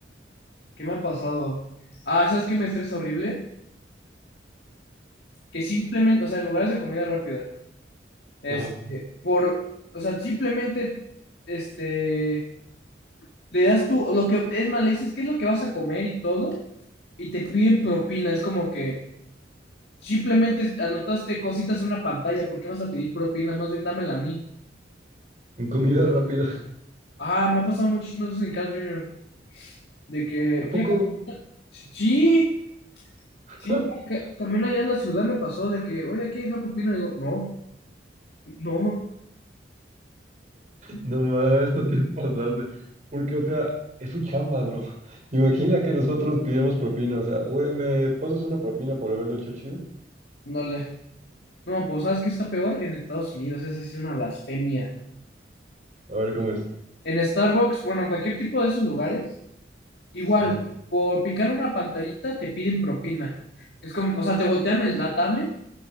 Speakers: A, on the left; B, on the right.
A: ¿qué me ha pasado? Ah, ¿sabes qué me estresa horrible? Que simplemente, o sea, en lugares de comida rápida. Este,
B: Ajá.
A: por, o sea, simplemente, este, le das tú, lo que, es más, le dices qué es lo que vas a comer y todo, y te piden propina, es como que simplemente anotaste cositas en una pantalla, ¿por qué vas a pedir propina? Más bien dámela a mí.
B: En comida rápida.
A: Ah, me ha pasado muchísimas veces en Carl Jr., de que,
B: ¿A
A: ¿qué?
B: poco?
A: Sí,
B: <laughs>
A: sí, siempre, acá- también allá en la ciudad me pasó de que, oye, ¿qué deja propina? Digo, no, no,
B: No más, no tienes que pasarse. Porque, o sea, es su chamba, bro. Imagina que nosotros pidíamos propina. O sea, güey, ¿me pasas una propina por haberlo hecho chido?
A: dale no, pues, ¿sabes qué está peor? En Estados Unidos, esa sí es una blasfemia.
B: A ver cómo es.
A: En Starbucks, bueno, en cualquier tipo de esos lugares, igual,
B: Ajá.
A: por picar una pantallita te piden propina. Es como, o sea, te voltean el- la tablet